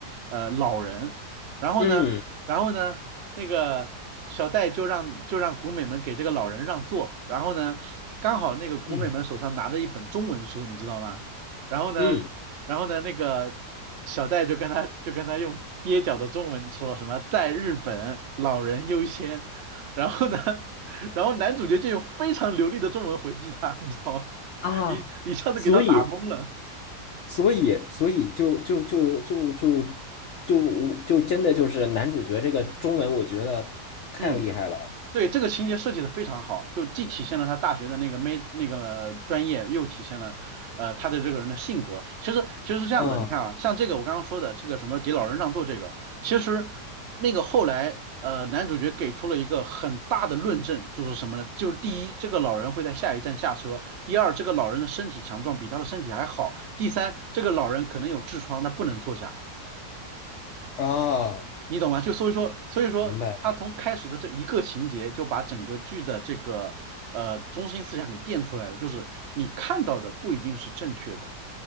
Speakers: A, on the right; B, on the left.
A: 呃老人，然后呢，
B: 嗯
A: 然后呢，那个小戴就让就让古美们给这个老人让座，然后呢，刚好那个古美们手上拿着一本中文书，
B: 嗯
A: 你知道吗？然后呢，
B: 嗯
A: 然后呢，那个小戴就跟他就跟他用蹩脚的中文说什么在日本老人优先，然后呢，<laughs> 然后男主角就用非常流利的中文回击他，你知道吗？
B: 啊，
A: 一一下子给他打懵了，
B: 所嗯以所以所以就就就就就就就真的就是男主角这个中文，我觉得太厉害了
A: 嗯。对，这个情节设计的非常好，就既体现了他大学的那个没那个专业，又体现了呃他的这个人的性格。其实其实是这样子，
B: 嗯
A: 你看啊，像这个我刚刚说的这个什么给老人让座这个，其实那个后来呃男主角给出了一个很大的论证，就是什么呢？就是第一，这个老人会在下一站下车；第二，这个老人的身体强壮，比他的身体还好；第三，这个老人可能有痔疮，他不能坐下。
B: 啊！
A: 你懂吗？就所以说，所以说他从开始的这一个情节就把整个剧的这个呃中心思想给垫出来了，
B: 明白
A: 就是你看到的不一定是正确的，